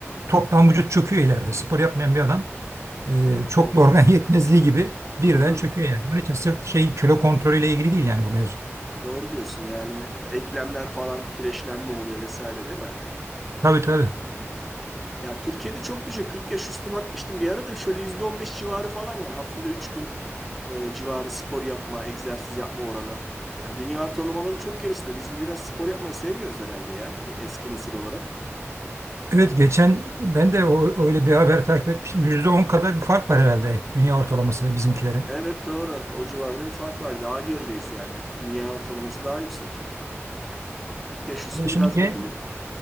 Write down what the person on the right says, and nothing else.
toptan vücut çöküyor ileride. Spor yapmayan bir adam e, çoklu
organ <laughs> yetmezliği gibi birden
çöküyor yani. Onun için sırf şey kilo kontrolüyle ilgili değil yani bu mevzu.
Tabii tabii.
Evet geçen ben de o, öyle bir haber takip etmiştim. yüzde on kadar bir fark var herhalde dünya ortalamasıyla bizimkilerin.
Ya şimdi,
gen-